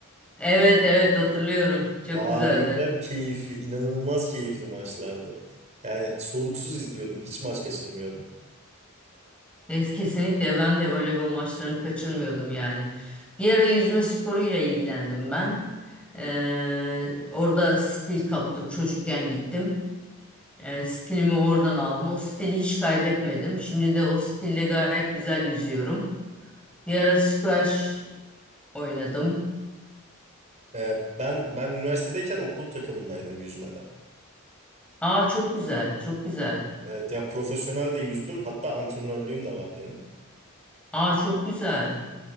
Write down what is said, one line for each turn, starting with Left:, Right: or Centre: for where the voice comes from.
Centre: Evet evet hatırlıyorum. Çok
Right: Harika,
Centre: güzeldi.
Right: keyifli, inanılmaz keyifli maçlardı. Yani soluksuz izliyordum, hiç maç kaçırmıyordum.
Centre: Es- Kesinlikle ben de voleybol maçlarını kaçırmıyordum yani. Bir ara yüzme sporuyla ilgilendim ben. Ee, orada stil kaptım. Çocukken gittim. Ee, stilimi oradan aldım. O stili hiç kaybetmedim. Şimdi de o stille gayet güzel yüzüyorum. Bir ara squash oynadım.
Right: Ee, ben ben üniversitedeyken okul takımındaydım yüzmede.
Centre: Aa çok güzel, çok güzel.
Right: Evet ya profesyonel de yüzdüm. Hatta antrenörlüğüm de var benim.
Centre: Aa çok güzel.